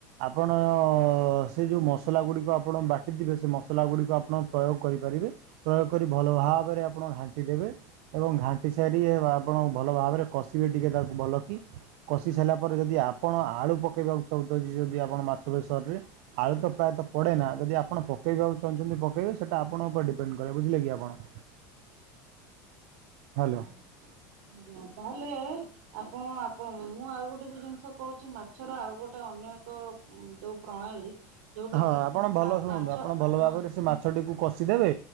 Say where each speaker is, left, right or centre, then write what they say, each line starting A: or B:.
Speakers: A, on the right; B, on the right.
A: ଆପଣ ସେ ଯୋଉ ମସଲା ଗୁଡ଼ିକ ଆପଣ ବାଟିଥିବେ ସେ ମସଲା ଗୁଡ଼ିକ ଆପଣ ପ୍ରୟୋଗ କରିପାରିବେ। ପ୍ରୟୋଗ କରି ଭଲ ଭାବରେ ଆପଣ ଘାଣ୍ଟି ଦେବେ। ଏବଂ ଘାଣ୍ଟି ସାରି ଆପଣ ଭଲ ଭାବରେ କଷିବେ ଟିକେ ତାକୁ ଭଲ କି କଷି ସାରିଲା ପରେ ଯଦି ଆପଣ ଆଳୁ ପକେଇବାକୁ ଚାହୁଁଚନ୍ତି ଯଦି ଆପଣ ମାଛ ବେଶରରେ ଆଳୁ ତ ପ୍ରାୟତଃ ପଡେ ନା ଯଦି ଆପଣ ପକେଇବାକୁ ଚାହୁଁଚନ୍ତି ପକେଇବେ ସେଇଟା ଆପଣଙ୍କ ଉପରେ ଡିପେଣ୍ଡ କରେ ବୁଝିଲେ କି ଆପଣ। ହ୍ୟାଲୋ।
B: ହ ଆଜ୍ଞା ତାହେଲେ ଆପଣ ଆପଣ ମୁଁ ଆଉ ଗୋଟେ ବି ଜିନିଷ କହୁଚି ମାଛର ଆଉ ଗୋଟେ ଅନ୍ୟଏକ ହୁଁ ଯୋଉ ପ୍ରଣାଳୀ ଯୋଉଟା
A: ହଁ
B: କି
A: ଆପଣ ଭଲ
B: ମା
A: ଶୁଣନ୍ତୁ
B: ମାଛ
A: ଆପଣ ଭଲ
B: ମା
A: ଭାବରେ ସେ ମାଛଟିକୁ କଷିଦେବେ